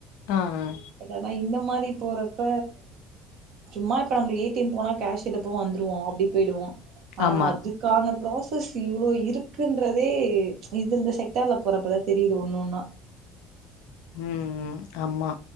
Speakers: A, on the left; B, on the right.
A: ஆ ஆ
B: பட் ஆனா இந்த மாரி போறப்ப சும்மா இப்ப நம்மளுக்கு ஏ டி எம் போனா கேஷ் எடுப்போ வந்துருவோ அப்டி போயிடுவோ ஆனா
A: ஆமா.
B: அதுக் கான ப்ராசஸ் இவ்ளோ இருக்குன்றதே இது இந்த செக்டார்ல போறப்பதா தெரியு இது ஒன்னொன்னா
A: ம் ம் ஆமா